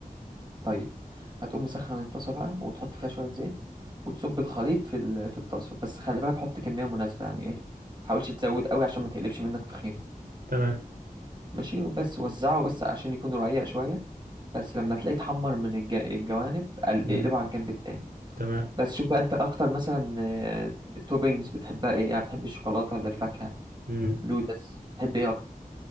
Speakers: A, on the right; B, on the right.
A: طيب هتقوم مسخن الطاسه بقى وتحط فيها شويه زيت وتصب الخليط في ال- في الطاسه بس خلي بالك حط كميه مناسبه يعني ايه ما تحاولش تزود قوي عشان ما تقلبش منك تخينه
B: تمام
A: ماشي وبس وزعه بس عشان يكون رقيق شويه بس لما تلاقيه اتحمر من الج- الجوانب قل-
B: امم
A: اقلبه على الجنب التاني
B: تمام
A: بس شوف بقى انت اكتر مثلا آه، توبينجز بتحبها ايه يعني بتحب الشوكولاته ولا الفاكهه
B: امم
A: لوتس بتحب ايه اكتر